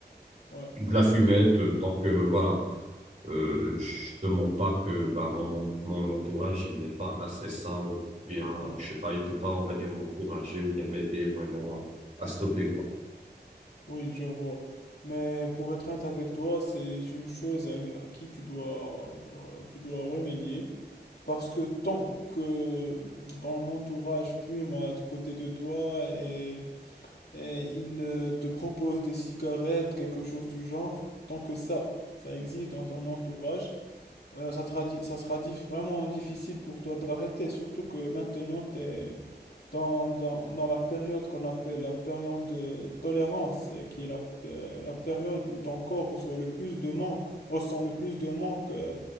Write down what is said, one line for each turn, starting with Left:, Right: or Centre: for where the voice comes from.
Left: oui,
Right: de la fumette. euh, Donc euh, voilà, euh, je te mens pas que bah, mon, mon, mon entourage, il n'est pas assez sain ou bien,
Left: oui,
Right: je sais pas, il peut pas, on va dire, m'encourager ou bien m'aider vraiment à, à stopper, quoi.
Left: oui, je vois. Mais pour être honnête avec toi, c'est une chose à, à qui tu dois, euh, tu dois remédier. Parce que tant que ton entourage fume à côté de toi et, et il euh, te propose des cigarettes, quelque chose du genre, tant que ça, ça existe dans ton entourage, euh, ça, te sera di- ça sera dif- vraiment difficile pour toi d'arrêter, surtout que maintenant tu es dans, dans- dans la période qu'on appelle la période de tolérance, et qui est la, euh, la période où ton corps reçoit le plus de manque, ressent le plus de manque euh,